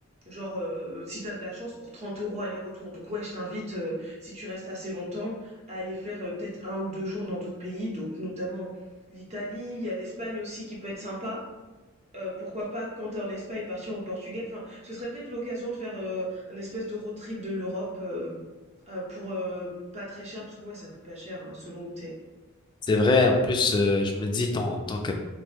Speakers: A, on the right; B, on the left.
A: genre, heu, si t'as de la chance pour 30 euros aller-retour. Donc ouais, je t'invite, heu, si tu restes assez longtemps, à aller faire, heu, peut-être un ou 2 jours dans d'autres pays, donc notamment l'Italie, il y a l'Espagne aussi qui peut être sympa. Euh, pourquoi pas quand t'es en Espagne partir au Portugal. Enfin, ce serait peut-être l'occasion de faire euh, un espèce de road trip de l'Europe euh, euh, pour euh, pas très cher parce que ouais ça coûte pas cher hein, selon où t'es.
B: C'est vrai. En plus, euh, je me dis, tant, tant que,